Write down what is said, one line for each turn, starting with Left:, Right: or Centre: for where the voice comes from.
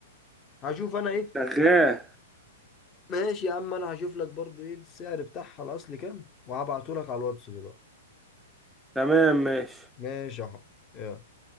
Left: هشوف انا ايه
Centre: شغال
Left: ماشي يا عم انا هشوف لك برضو ايه السعر بتاعها الاصلي كام وهبعته لك على الواتس دلوقتي
Centre: تمام ماشي
Left: ماشي اهو يلا